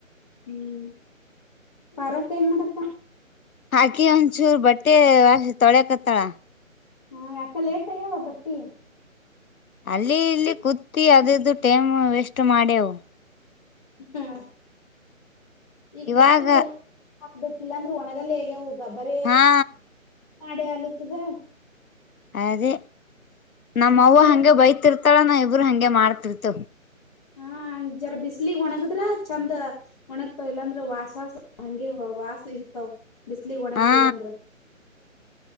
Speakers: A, on the left (about 30°); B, on the left (about 90°).
A: ಹ್ಮ್ ಪರಪ ಏನ್ ಮಾಡತ್ತ
B: ಆಕಿ ಒಂದ್ಚೂರ್ ಬಟ್ಟೆ ತೊಳ್ಯಕತ್ತಾಳ
A: ಹಾ ಯಾಕ ಲೇಟ್ ಆಗ್ಯಾವ ಬಟ್ಟಿ
B: ಅಲ್ಲಿ ಇಲ್ಲಿ ಕೂತಿ ಅದ್ರ್ದು ಟೈಮ್ ವೇಸ್ಟ್ ಮಾಡ್ಯವು
A: ಹ್ಮ ಈಗ
B: ಇವಾಗ
A: ಬಟ್ಟೆ ಜಲ ಹಾಕ್ಬೇಕಿಲ್ಲ ಅಂದ್ರೆ ಒಣದದಲ್ಲಿ ಹೇಗೆ ಹೋಗ ಗಬರ
B: ಹಾ
A: ಮಾಡೇ ಆಲತದ
B: ಅದೇ ನಮ್ಮವ
A: ಬಿಸ್ಲಿಗ
B: ಹಂಗಗೆ ಬೈತಿರ್ತಾಳ ನಾ ಇಬರು ಹಂಗೆ ಮಾಡ್ತ ಕತ
A: ಹಾ ಹಂಗ ಜರ ಬಿಸ್ಲಗ್ ಒಣಗದ್ರ ಚಂದ ಒಣಗಗ್ತಾವ ಇಲ್ಲಾಂದ್ರೆ ವಾಸ ವಾಸ ಹಂಗೆ ವಾಸ ಇರ್ತಾವ್ ಬಿಸ್ಲಗ್ ಒಣಗ್ಲಿಲ್ಲ
B: ಹಾ
A: ಅಂದ್ರ